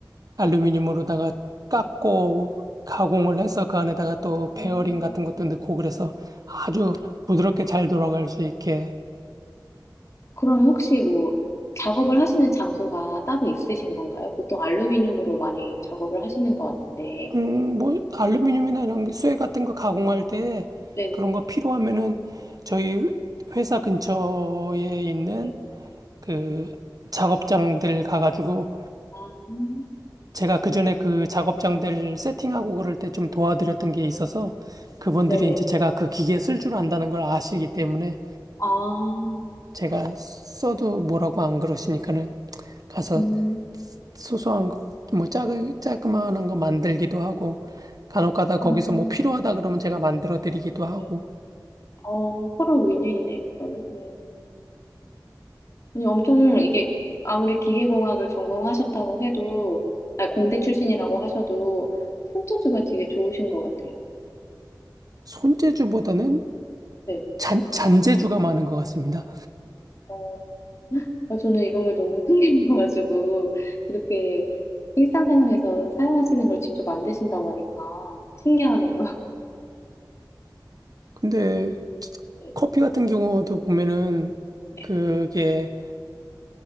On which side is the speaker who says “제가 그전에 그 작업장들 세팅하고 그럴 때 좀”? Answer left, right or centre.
Right